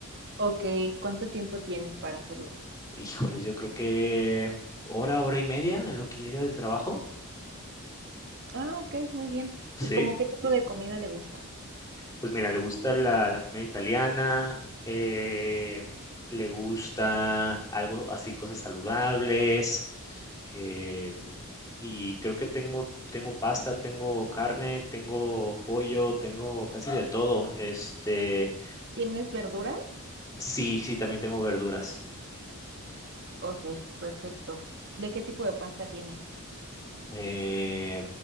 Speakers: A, on the right; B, on the left.
A: Ok, ¿cuánto tiempo tienes para hacerlo?
B: Híjoles, yo creo que hora, hora y media en lo que llega del trabajo.
A: Ah, ok, muy bien. ¿Y
B: Sí.
A: como qué tipo de comida le gusta?
B: Pues mira, le gusta la, la comida italiana, eh, le gusta algo así, cosas saludables, eh, y creo que tengo, tengo pasta, tengo carne, tengo pollo, tengo casi de todo. Este,
A: ¿Tienes verduras?
B: sí, sí, también tengo verduras.
A: Ok, perfecto. ¿De qué tipo de pasta tiene?
B: Eh,